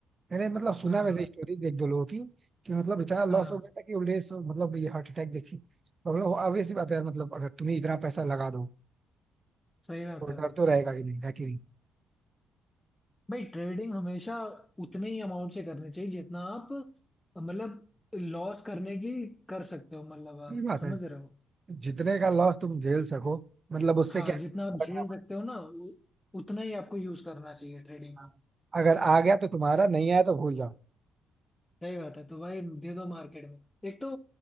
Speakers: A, on the right (about 30°); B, on the left (about 15°).
A: मैंने मतलब सुना
B: हाँ
A: वैसे स्टोरीज एक दो लोगों की कि मतलब इतना लॉस
B: हाँ
A: हो गया था कि उन्हें सो- मतलब ये हार्ट अटैक जैसी प्रॉब्लम हो obvious सी बात है यार मतलब अगर तुम्हें इतना पैसा लगा दो
B: सही बात
A: तो
B: है भाई
A: डर तो रहेगा कि नहीं है कि नहीं
B: भाई ट्रेडिंग हमेशा उतने ही अमाउंट से करनी चाहिए जितना आप मतलब लॉस करने की कर सकते हो मतलब
A: सही
B: आप
A: बात
B: समझ
A: है
B: रहे हो
A: जितने का लॉस तुम झेल सको मतलब उससे
B: हाँ
A: क्या
B: जितना आप झेल
A: रखना
B: सकते हो ना उ- उतना ही आपको यूज करना चाहिए ट्रेडिंग
A: पड़ेगा
B: में
A: अगर आ गया तो तुम्हारा नहीं आया तो भूल जाओ
B: सही बात है तो भाई दे दो मार्केट में एक तो